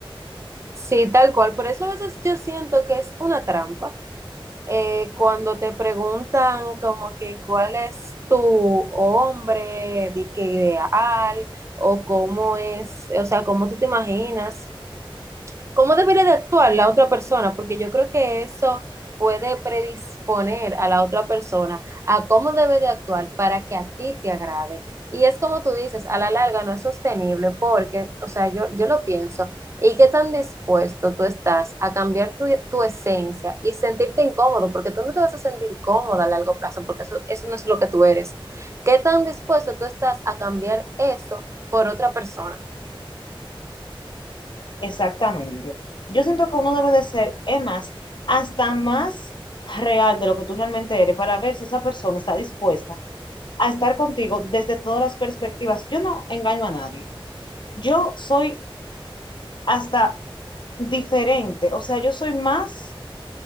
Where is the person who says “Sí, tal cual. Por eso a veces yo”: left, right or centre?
Right